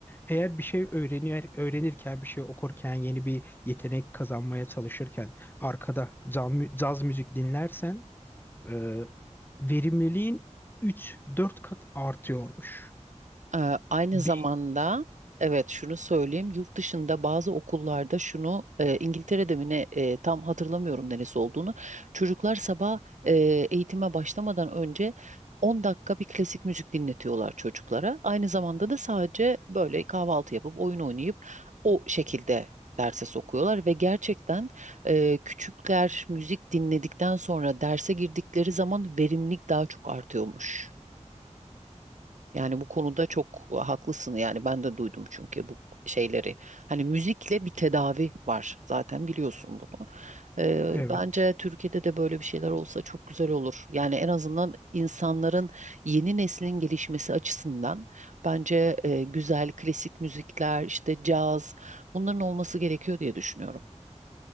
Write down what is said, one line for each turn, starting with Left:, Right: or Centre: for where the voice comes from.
Left: Eğer bir şey öğrenir, öğrenirken, bir şey okurken, yeni bir yetenek kazanmaya çalışırken arkada caz, mü- caz müzik dinlersen e, verimliliğin üç dört kat artıyormuş.
Right: Ee, aynı
Left: Bir,
Right: zamanda evet şunu söyleyeyim yurt dışında bazı okullarda şunu e, İngiltere'de mi ne e, tam hatırlamıyorum neresi olduğunu çocuklar sabah e, eğitime başlamadan önce 10 dakika bir klasik müzik dinletiyorlar çocuklara. Aynı zamanda da sadece böyle kahvaltı yapıp oyun oynayıp o şekilde derse sokuyorlar ve gerçekten e, küçükler müzik dinledikten sonra derse girdikleri zaman verimlilik daha çok artıyormuş. Yani bu konuda çok e, haklısın. Yani ben de duydum çünkü bu şeyleri. Hani müzikle bir tedavi var. Zaten biliyorsun bunu. Ee,
Left: evet.
Right: bence Türkiye'de de böyle bir şeyler olsa çok güzel olur. Yani en azından insanların yeni neslin gelişmesi açısından bence e, güzel klasik müzikler, işte caz bunların olması gerekiyor diye düşünüyorum.